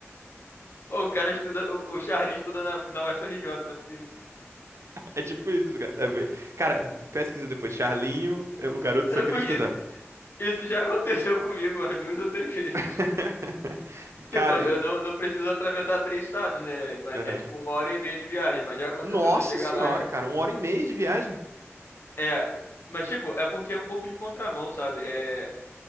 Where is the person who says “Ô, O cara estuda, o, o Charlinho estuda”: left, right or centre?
Left